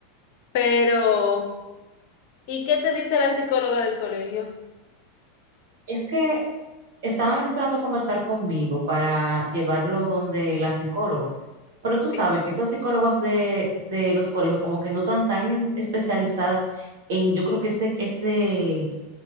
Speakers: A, on the left; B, on the right.
A: pero, ¿y qué te dice la psicóloga del colegio?
B: Es que estaban esperando conversar conmigo para llevarlo donde la psicóloga. Pero tú
A: Sí.
B: sabes que esas psicólogas de, de los colegios como que no están tan en- especializadas en, yo creo que ese, ese,